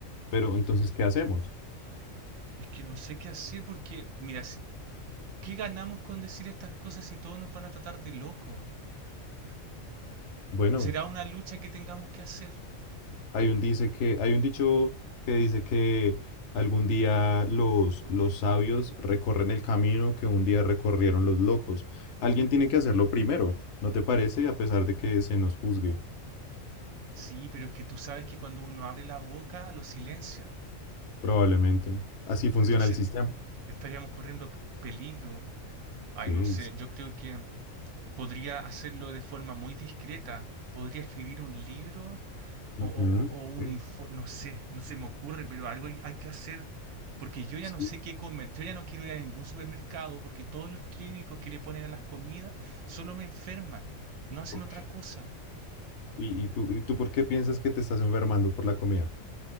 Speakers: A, on the left (about 65°); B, on the right (about 70°).
A: pero entonces, ¿qué hacemos?
B: Es que no sé qué hacer porque, mira, si- ¿qué ganamos con decir estas cosas si todos nos van a tratar de loco?
A: Bueno.
B: ¿Será una lucha que tengamos que hacer?
A: Hay un dice que, hay un dicho que dice que algún día los, los sabios recorren el camino que un día recorrieron los locos. Alguien tiene que hacerlo primero, ¿no te parece? A pesar de que se nos juzgue,
B: Sí, pero es que tú sabes que cuando uno abre la boca lo silencian.
A: probablemente. Así funciona
B: Entonces
A: el sistema.
B: estaríamos corriendo peligro. Ay,
A: Ok,
B: no sé,
A: s-
B: yo creo que podría hacerlo de forma muy discreta. Podría escribir un libro o,
A: ujú,
B: o- o
A: ok,
B: un info, no sé, no se me ocurre, pero algo hay, hay que hacer, porque yo ya
A: sí,
B: no sé qué comer, yo ya no quiero ir a ningún supermercado, porque todos los químicos que le ponen a las comidas solo me enferman, no hacen
A: ok.
B: otra cosa,
A: ¿Y, y tú, y tú por qué piensas que te estás enfermando por la comida?